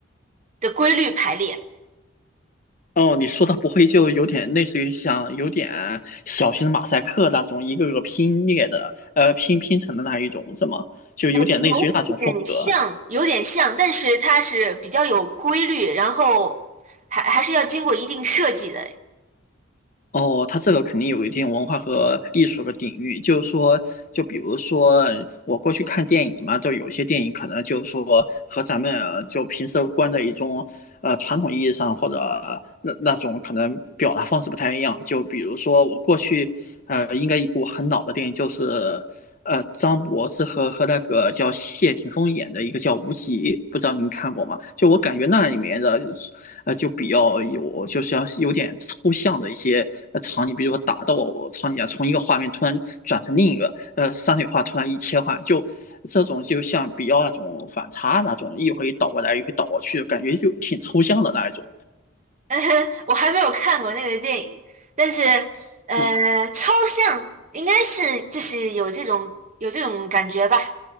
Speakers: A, on the right; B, on the left.
A: 的规律排列，
B: 哦，你说的不会就有点类似于像有点小型马赛克那种，一个个拼列的，呃，拼拼成的那一种，是吗？就有点类似于那种风格。
A: 有点像，有点像，但是它是比较有规律，然后还还是要经过一定设计的。
B: 哦，它这个肯定有一定文化和艺术的底蕴，就是说，就比如说我过去看电影嘛，就有些电影可能就是说和咱们呃就平时观的一种呃传统意义上或者那那种可能表达方式不太一样。就比如说我过去呃应该一部很老的电影，就是呃张柏芝和和那个叫谢霆锋演的一个叫《无极》，不知道您看过吗？就我感觉那里面的呃，就比较有就是要有点抽象的一些呃场景，比如说打斗场景啊，从一个画面突然转成另一个，呃，山水画突然一切换，就这种就像比较那种反差那种，一回倒过来一回倒过去，感觉就挺抽象的那一种。
A: <laughs> 我还没有看过那个电影，但是呃，
B: 嗯，
A: 抽象应该是就是有这种有这种感觉吧，